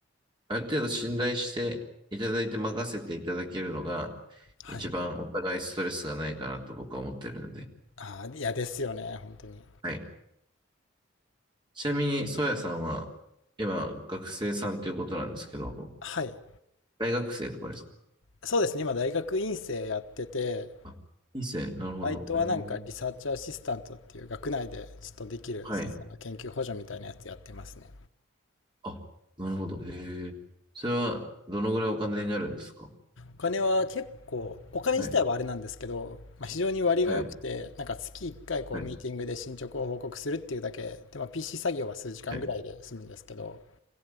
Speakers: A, on the right (about 25°); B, on the left (about 70°).
A: ある程度信頼していただいて任せていただけるのが、
B: はい。
A: 一番お互いストレスがないかなと僕は思ってるので。
B: ああ、いやですよね、本当に。
A: はい。ちなみに、ソヤさんは、今、学生さんということなんですけど、
B: はい。
A: 大学生とかですか
B: そうですね、今大学院生やってて、
A: あ、いいっすね。なるほど。
B: バイトはなんかリサーチアシスタントっていう学内でちょっとできる先生の研究補助みたいなやつやってますね。
A: へえ。はい。あ、なるほど。へえ。それは、どのぐらいお金になるんですか
B: お金は結構、お金自体はあれなんですけど、
A: はい。
B: まあ、非常に割が良くて、
A: はい。
B: なんか月1回こうミーティングで進捗を報告するっていうだけで、
A: はい。
B: まあ、PC 作業は数時間ぐらいで済むんですけど、
A: はい。